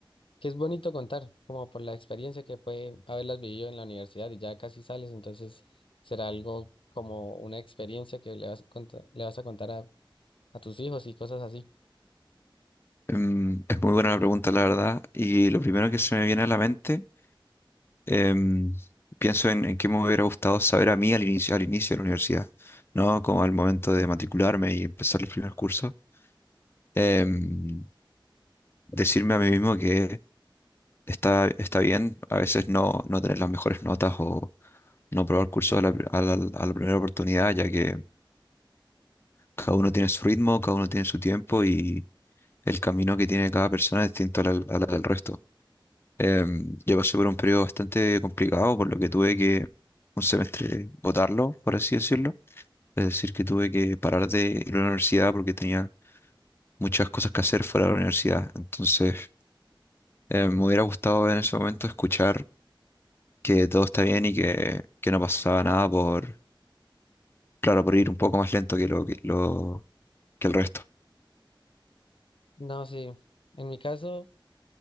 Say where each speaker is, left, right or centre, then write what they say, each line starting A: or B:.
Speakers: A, on the left (about 75°); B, on the left (about 25°).
A: que es bonito contar, como por la experiencia que fue haberlas vivido en la universidad y ya casi sales, entonces será algo como una experiencia que le vas a contar, le vas a contar a a tus hijos y cosas así.
B: Em, es muy buena la pregunta, la verdad, y lo primero que se me viene a la mente em, pienso en, en qué me hubiera gustado saber a mí al inicio, al inicio de la universidad, ¿no? Como al momento de matricularme y empezar los primeros cursos. Em, decirme a mí mismo que está, está bien a veces no, no tener las mejores notas o no probar cursos a la, pri- a la- a la primera oportunidad, ya que cada uno tiene su ritmo, cada uno tiene su tiempo y el camino que tiene cada persona es distinto al, al al del resto. Em, yo pasé por un periodo bastante complicado, por lo que tuve que un semestre botarlo, por así decirlo. Es decir, que tuve que parar de ir a la universidad porque tenía muchas cosas que hacer fuera de la universidad. Entonces, eh, me hubiera gustado en ese momento escuchar que todo está bien y que, que no pasaba nada por, claro, por ir un poco más lento que lo que, lo, que el resto.
A: No, sí. En mi caso,